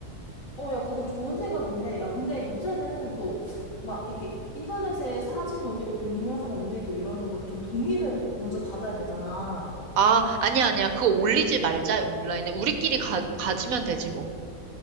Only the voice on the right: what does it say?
아, 아니야, 아니야. 그거 올리지 말자, 온라인에. 우리끼리 가, 가지면 되지, 뭐.